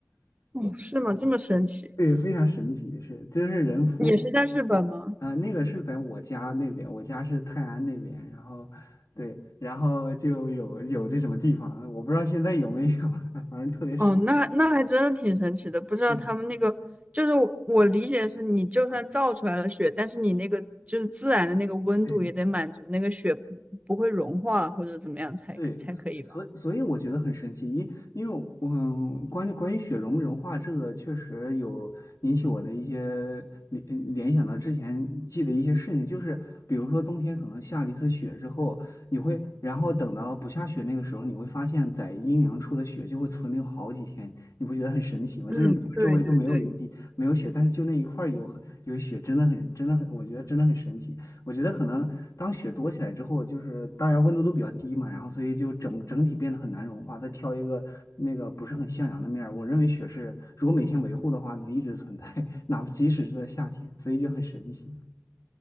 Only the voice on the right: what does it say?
哦，是吗？这么神奇？
也是在日本吗？
哦，那那还真的挺神奇的。不知道他们那个，
就是我我理解的是，你就算造出来了雪，
但是你那个就是自然的那个温度也得满足那个雪不不会融化或者怎么样才可才可以吧？
嗯，
对对对，